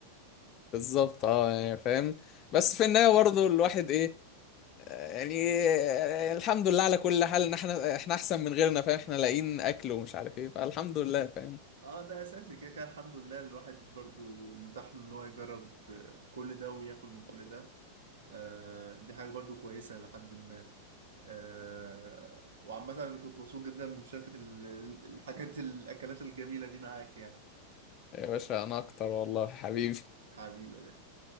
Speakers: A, on the left; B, on the right.
A: بالظبط اه يعني فاهم
B: ده
A: بس في النهايه برضه الواحد ايه آه، يعني آه، الحمد لله على كل حال ان احنا احنا احسن من غيرنا فاهم احنا لاقيين اكل ومش عارف ايه فالحمد لله فاهم
B: اه ده اساسي كده كده الحمد لله الواحد برضو متاح له ان هو يجرب آه، كل ده وياكل من كل ده آه دي حاجه برضو كويسه لحد ما آه وعامه انا كنت مبسوط جدا بمشاركه ال- ال- الحاجات الاكلات الجميله دي معاك يعني
A: يا باشا انا اكتر والله حبيبي
B: حبيبي يا باشا